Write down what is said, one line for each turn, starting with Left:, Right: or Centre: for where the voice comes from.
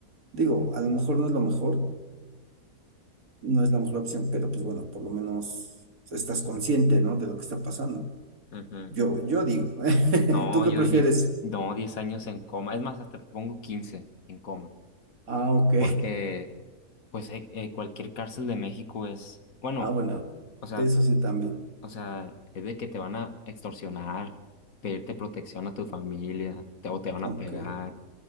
Right: digo, a lo mejor no es lo mejor, no es la mejor opción, pero pues bueno, por lo menos estás consciente, ¿no? De lo que está pasando.
Left: ujú.
Right: Yo, yo digo, <laughs>
Left: No,
Right: ¿tú qué
Left: yo
Right: prefieres?
Left: diría, no, 10 años en coma. Es más, hasta te pongo 15 en coma.
Right: Ah, ok.
Left: Porque, pues, eh, eh, cualquier cárcel de México es, bueno,
Right: Ah, bueno,
Left: o sea,
Right: eso sí también.
Left: o sea, es de que te van a extorsionar, pedirte protección a tu familia, te, o te van
Right: Ok,
Left: a pegar,